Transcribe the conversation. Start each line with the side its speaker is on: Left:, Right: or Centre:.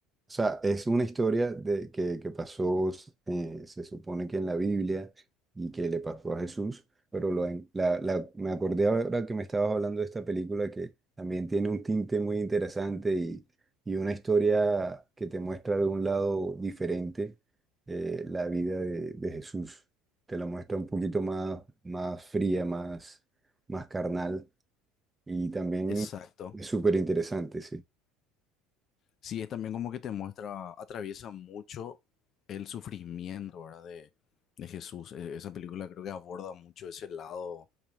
Right: o sea, es una historia de, que, que pasó, eh, se supone que en la Biblia y que le pasó a Jesús, pero lo, en- la, la- me acordé ahora que me estabas hablando de esta película que también tiene un tinte muy interesante y, y una historia que te muestra de un lado diferente eh, la vida de, de Jesús. Te la muestra un poquito más, más fría, más, más carnal y también
Left: exacto.
Right: es súper interesante,
Left: Sí, es también como que te muestra, atraviesa mucho el sufrimiento, ¿verdad? De, de Jesús. E- Esa película creo que aborda mucho ese lado